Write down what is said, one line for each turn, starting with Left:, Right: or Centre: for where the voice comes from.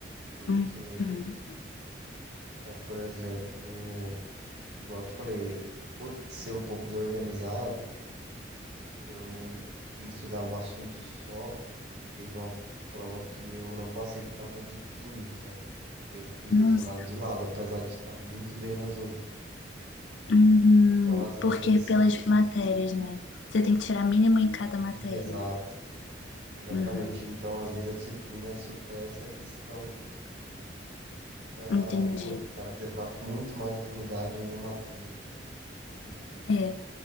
Right: Porque,
Left: hum, hum,
Right: é, por exemplo. Igual eu te falei, por ser um pouco desorganizado, eu ia estudar um assunto só. Teve uma prova que eu não passei por causa de química, que eu fiquei
Left: nossa,
Right: deixando ela de lado, apesar de estar muito bem nas outras.
Left: hum,
Right: Então, às vezes
Left: porque
Right: a disciplina.
Left: pelas matérias, né? Você tem que tirar mínimo
Right: Isso.
Left: em cada matéria.
Right: E, Exato, exatamente.
Left: Uhum,
Right: Então, às vezes a disciplina supera essa questão da,
Left: entendi.
Right: pô, do cara ter ba- muito mais afinidade em uma matéria específica.
Left: É,